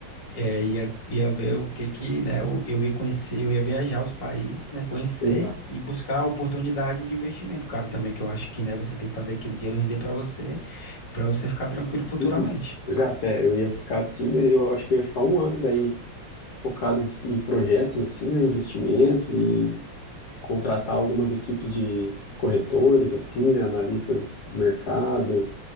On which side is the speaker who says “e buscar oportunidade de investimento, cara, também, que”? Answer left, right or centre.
Left